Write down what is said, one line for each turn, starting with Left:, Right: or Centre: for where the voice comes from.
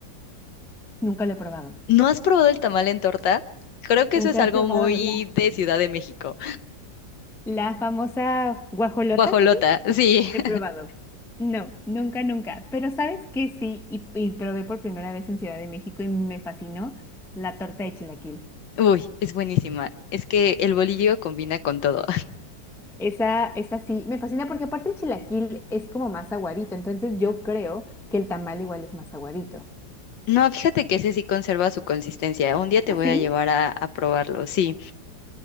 Centre: Nunca lo he probado.
Left: ¿No has probado el tamal en torta? Creo que
Centre: Nunca
Left: eso es algo
Centre: he probado
Left: muy
Centre: la,
Left: de Ciudad de México.
Centre: la famosa guajolota,
Left: Guajolota,
Centre: creo.
Left: sí.
Centre: He
Left: <laughs>
Centre: probado. No, nunca, nunca. Pero sabes que sí, y, y probé por primera vez en Ciudad de México y me fascinó la torta de chilaquil.
Left: Uy, es buenísima. Es que el bolillo combina con todo.
Centre: Esa, esa sí, me fascina porque aparte el chilaquil es como más aguadito, entonces yo creo que el tamal igual es más aguadito.
Left: No, fíjate que ese sí conserva su consistencia. Un día te
Centre: ¿Así?
Left: voy a llevar a, a probarlo, sí.